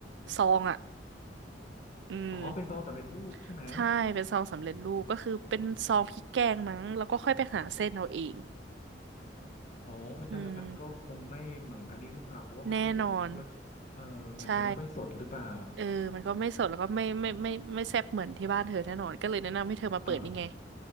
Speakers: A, on the right; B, on the left.
A: ซองอ่ะอืม
B: อ๋อเป็นซองสำเร็จรูปใช่ไหม
A: ใช่เป็นซองสำเร็จรูปก็คือเป็นซองพริกแกงมั้งแล้วก็ค่อยไปหาเส้นเอาเอง
B: อ๋ออุ้ยถ้างั้นมันก็คงไม่เหมือนอันนี้หรือเปล่าเพราะว่ามันก็จะไม่รสชาติเออมันจะไม่ค่อยสดหรือเปล่า
A: อืมแน่นอนใช่เออมันก็ไม่สดแล้วก็ไม่ไม่ไม่ไม่ไม่แซ่บเหมือนที่บ้านเธอแน่นอนก็เลยแนะนำให้เธอมาเปิดนี่ไง
B: เออ